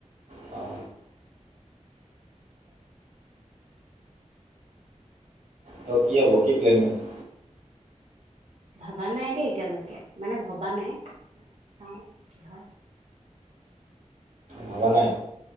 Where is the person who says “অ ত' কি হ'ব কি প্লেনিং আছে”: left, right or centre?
Right